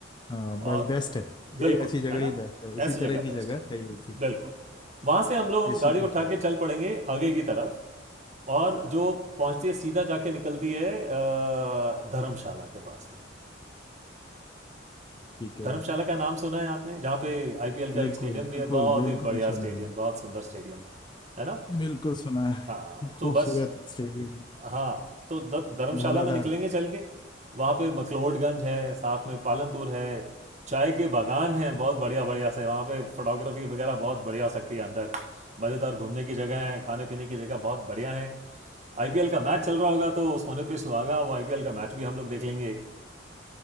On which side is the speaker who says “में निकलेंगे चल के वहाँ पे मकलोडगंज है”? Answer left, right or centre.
Right